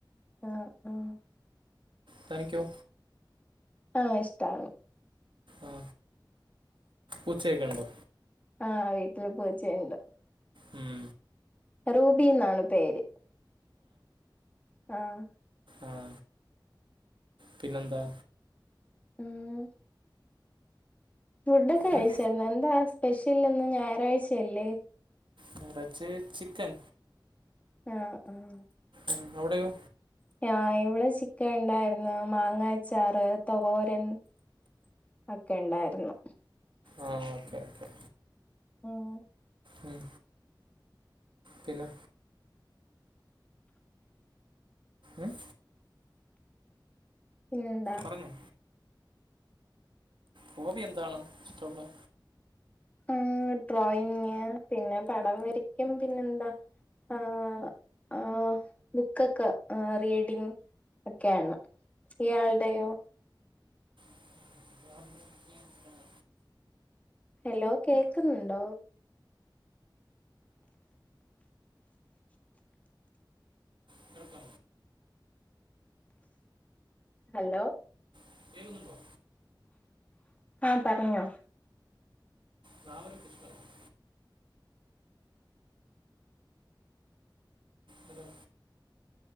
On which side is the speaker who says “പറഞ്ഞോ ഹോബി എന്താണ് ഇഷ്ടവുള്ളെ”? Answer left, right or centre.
Right